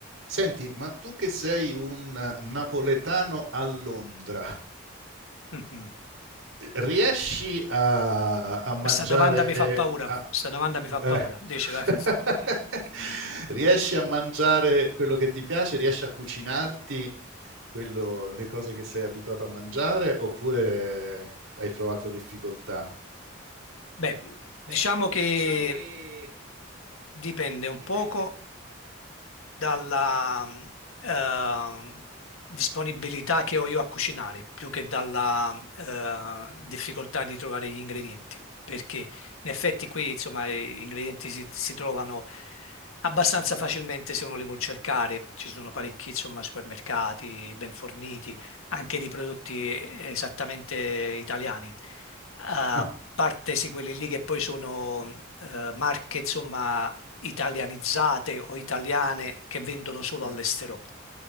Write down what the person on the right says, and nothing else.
Senti, ma tu che sei un napoletano a Londra,
riesci a, a mangiare...
a-
eh,
<laughs>
riesci a mangiare quello che ti piace? Riesci a cucinarti quello- le cose che sei abituato a mangiare oppure hai trovato difficoltà?
Beh,
diciamo che
dipende.
un-
Ah,
mm,
mm,